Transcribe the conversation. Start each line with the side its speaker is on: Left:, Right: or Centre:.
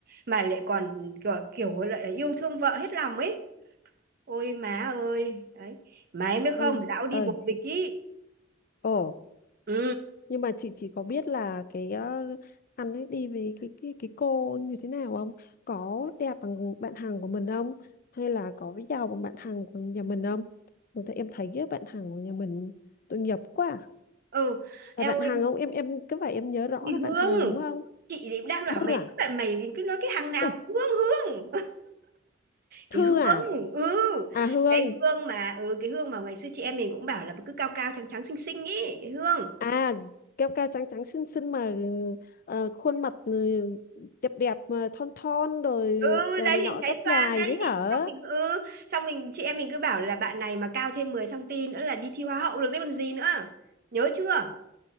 Right: mà lại còn gọi kiểu lại là yêu thương vợ hết lòng ấy ôi má ơi đấy má em biết
Left: ơi
Right: không lão
Left: chị
Right: đi
Left: ơi
Right: bồ bịch ý
Left: ồ
Right: ừ
Left: nhưng mà chị chỉ có biết là cái ờ, anh ấy đi với cái cái cái cô như thế nào không có đẹp bằng bạn hàng của mình không hay là có giàu bằng bạn hàng của nhà mình không người ta em thấy cái bạn hàng của nhà mình tội nghiệp quá à.
Right: ừ eo
Left: là bạn
Right: ơi
Left: hàng không em em cứ phải em nhớ rõ
Right: đi
Left: là bạn
Right: Hương
Left: hàng đúng không
Right: chị thì đang bảo
Left: Thư
Right: mày
Left: à
Right: lại mày cứ nói cái hàng nào
Left: Ê,
Right: Hương Hương
Left: Thư
Right: cái hương
Left: à?
Right: ừ
Left: À Hương.
Right: cái hương mà ừ cái hương mà ngày xưa chị em mình cũng bảo là cứ cao cao trắng trắng xinh xinh ý cái hương
Left: À cao cao trắng trắng xinh xinh mà ờ, khuôn mặt ừ, đẹp đẹp mà thon thon rồi
Right: ừ
Left: đồ
Right: đấy
Left: này
Right: hình
Left: nọ
Right: trái
Left: tóc
Right: xoan
Left: dài
Right: đấy
Left: đấy hả?
Right: xong mình ừ xong mình chị em mình cứ bảo là bạn này mà cao thêm 10 cm nữa là đi thi hoa hậu được đấy còn gì nữa nhớ chưa